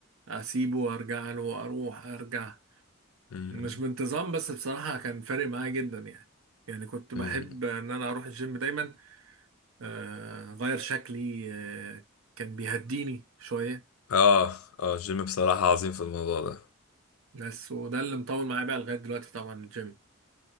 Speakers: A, on the right; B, on the left.
A: أسيبه وأرجع له وأروح أرجع
B: <laughs> مم.
A: مش بانتظام بس بصراحة كان فارق معايا جدا يعني يعني كنت
B: مم.
A: بحب ان انا اروح الجيم دايما آه، اغير شكلي آه، كان بيهديني شوية
B: اه اه الجيم بصراحة عظيم في الموضوع ده
A: بس وده اللي مطول معايا بقى لغاية دلوقتي طبعا الجيم